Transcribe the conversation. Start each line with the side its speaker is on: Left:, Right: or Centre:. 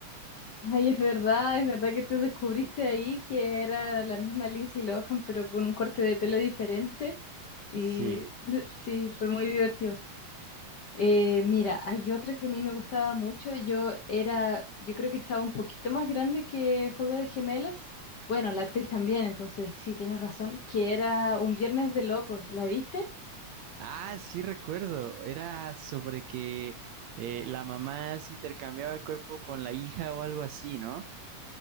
Left: Ay, es verdad, es verdad que tú descubriste ahí que era la misma Lindsay Lohan, pero con un corte de pelo diferente. Y
Right: Sí.
Left: <laughs> sí, fue muy divertido. Eh, mira, hay otra que a mí me gustaba mucho. Yo era, yo creo que estaba un poquito más grande que Juego de Gemelas. Bueno, la actriz también, entonces sí, tienes razón, que era Un Viernes de Locos. ¿La viste?
Right: Ah, sí recuerdo. Era sobre que eh, la mamá se intercambiaba el cuerpo con la hija o algo así, ¿no?